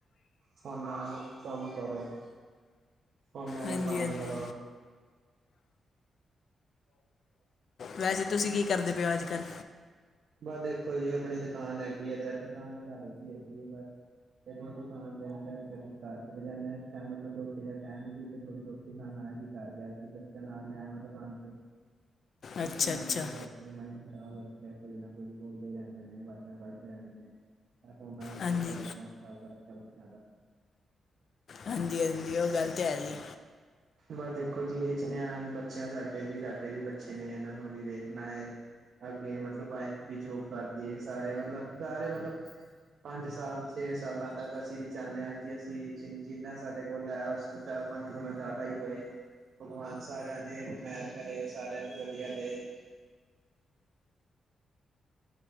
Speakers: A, on the right (about 55°); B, on the left (about 50°).
A: ਫੋਨ ਨਾਲ ਕੰਮ ਕਰੋ। ਫੋਨਾਂ ਨੂੰ
B: ਹਾਂਜੀ
A: ਬੰਦ
B: ਹਾਂਜੀ
A: ਕਰੋ।
B: ਵੈਸੇ ਤੁਸੀਂ ਕੀ ਕਰਦੇ ਪਏ ਓ ਅੱਜ ਕੱਲ੍ਹ।
A: ਬਸ ਦੇਖੋ ਜੀ ਆਪਣੀ ਦੁਕਾਨ ਹੈਗੀ ਇਧਰ ਦੁਕਾਨ ਘਰ ਹੈਗੀ ਆ ਬਸ। ਕਦੇ ਦੁਕਾਨ ਦੇ ਅੰਦਰ ਕਦੇ ਕਦੀ ਘਰ। ਚਲੇ ਜਾਣੇ ਆ ਇਸ ਟਮ ਮਤਲਬ ਰੋਟੀ ਦਾ ਟਾਈਮ ਸੀ ਤੇ ਥੋੜ੍ਹੀ ਰੋਟੀ ਖਾਣ ਆਇਆ ਸੀ ਘਰ ਗਿਆ ਸੀ ਬੱਚਾ ਨਾਲ ਲਿਆ ਵਾ ਦੁਕਾਨ ਤੇ। ਬੱਚਿਆਂ
B: ਅੱਛਾ ਅੱਛਾ
A: ਦਾ ਦੇਖੋ ਅੱਜ। ਮਾਇੰਡ ਖਰਾਬ ਹੋ ਰੱਖਿਆ ਕੁੱਝ ਨਾ ਕੁੱਝ ਬੋਲਦੇ ਹੀ ਰਹਿੰਦੇ ਨੇ <unintelligible> ਕੱਢਦੇ ਰਹਿੰਦੇ ਨੇ। ਐ ਫੋਨਾਂ ਨੇ ਬਹੁਤ
B: ਹਾਂਜੀ
A: ਜ਼ਿਆਦਾ ਦਿਮਾਗ ਕਰ ਰੱਖਿਆ ਬੱਚਿਆਂ ਦਾ।
B: ਹਾਂਜੀ ਹਾਂਜੀ, ਉਹ ਗੱਲ ਤਾਂ ਹੈ ਜੀ।
A: ਬਸ ਦੇਖੋ ਜੀ ਵੇਚ ਦੇ ਆ ਬੱਚੇ ਸਾਡੇ ਤੇ ਵੀ ਸਾਡੇ ਵੀ ਬੱਚੇ ਨੇ ਇਹਨਾਂ ਨੂੰ ਵੀ ਦੇਖਣਾ ਏ ਅੱਗੇ ਮਤਲਬ ਵਾਈਫ ਵੀ ਜੋਬ ਕਰਦੀ ਐ ਸਾਰਿਆਂ ਮਤਲਬ ਸਾਰੇ ਮਤਲਬ ਪੰਜ ਸਾਲ ਛੇ ਸਾਲਾਂ ਤੱਕ ਅਸੀਂ ਵੀ ਚਾਂਦੇ ਆ ਕੀ ਅਸੀਂ ਜਿੰਨਾ ਸਾਡੇ ਕੋਲ ਐ ਉਸ ਚਾਰ ਪੰਜ ਗੁਣਾ ਜ਼ਿਆਦਾ ਹੀ ਹੋਏ ਭਗਵਾਨ ਸਾਰਿਆਂ ਦੇ। ਮੇਹਰ ਕਰੇ ਸਾਰਿਆਂ ਨੂੰ ਵਧੀਆ ਦੇ।